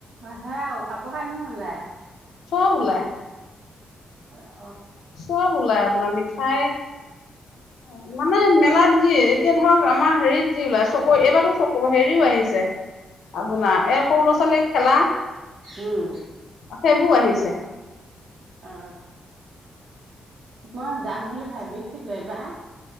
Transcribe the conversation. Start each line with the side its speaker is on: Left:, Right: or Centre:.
Right: আহে আৰু কাপোৰ কানিও ওলাই
Left: চব ওলাই।
Right: অ
Left: চব ওলাই আপোনাৰ মিঠাই অ মানে মেলাত যি এতিয়া ধৰক আমাৰ হেৰিত যি ওলাই চকু এইবাৰতো চকু হেৰিও আহিছে আপোনাৰ এই সৰু ল'ৰা ছোৱালীয়ে খেলা
Right: উম
Left: সেইবোৰ আহিছে
Right: অ মই যাম বুলি ভাবিছিলো এবাৰ